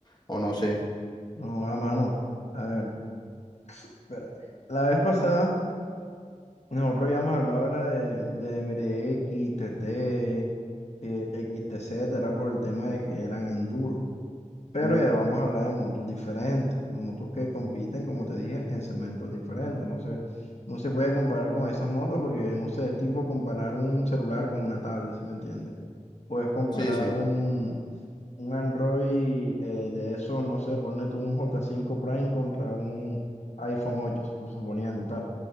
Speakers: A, on the left; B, on the left.
A: o no sé.
B: No, a mano. A ver, espérate. La vez pasada, nosotros ya hemos hablado, era de, de MRX, TT, eh, XTZ, era por el tema de que eran enduro. Pero
A: Mm,
B: ya vamos a hablar de motos diferentes, motos que compiten, como te dije, en segmentos diferentes. No sé, no se puede comparar con esas motos porque, no sé, es tipo comparar un celular con una tablet, si me entiendes? Puedes comparar
A: Sí, sí,
B: un, un Android eh, de esos, no sé, ponle tú un j cinco Prime contra un iPhone ocho su- suponiendo tal.